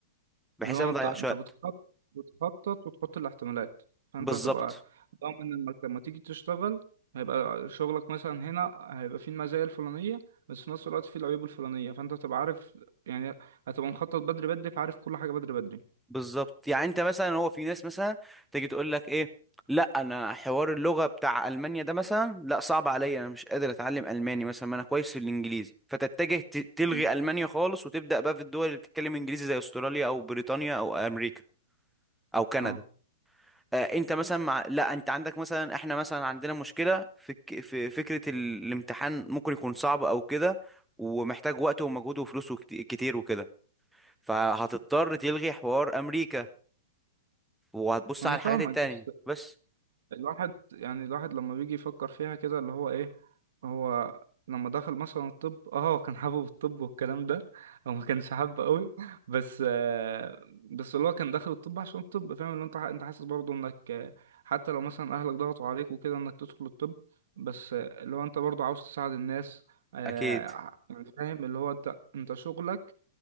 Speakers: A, in the centre; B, on the right (about 65°).
A: بحيث
B: اللي هو
A: أنا
B: انت
A: ما اضيعش
B: انت
A: وقت
B: بتخطط بتخطط وتحط الاحتمالات فانت
A: بالظبط
B: هتبقى ضامن انك لما تيجي تشتغل هيبقى شغلك مثلا هنا هيبقى فيه المزايا الفلانية بس في نفس الوقت فيه العيوب الفلانية فانت هتبقى عارف يعني هتبقى مخطط بدري بدري فعارف كل حاجة بدري بدري
A: بالظبط يعني انت مثلا هو في ناس مثلا تيجي تقول لك ايه لا انا حوار اللغه بتاع المانيا ده مثلا لا صعب عليا انا مش قادر اتعلم الماني مثلا ما انا كويس في الانجليزي فتتجه ت- تلغي
B: مم.
A: المانيا خالص وتبدا بقى في الدول اللي بتتكلم انجليزي زي استراليا او بريطانيا او امريكا او كندا
B: اه
A: آه انت مثلا مع... لا انت عندك مثلا احنا مثلا عندنا مشكله في الك- في فكره ال- الامتحان ممكن يكون صعب او كده ومحتاج وقت ومجهود وفلوس وكت- كتير وكده فهتضطر تلغي حوار امريكا وهتبص
B: انا
A: على الحاجات
B: فاهمك
A: التانية
B: بس
A: بس
B: الواحد يعني الواحد لما بيجي يفكر فيها كده اللي هو ايه هو لما دخل مثلا الطب اه هو كان حابب الطب والكلام ده او ما كانش حابه قوي بس آه، بس اللي هو كان داخل الطب عشان الطب فاهم اللي انت ح- انت حاسس برضه انك آه، حتى لو مثلا اهلك ضغطوا عليك وكده انك تدخل الطب بس آه، اللي هو انت برضه عاوز تساعد الناس آه،
A: اكيد
B: يعني فاهم اللي هو انت انت شغلك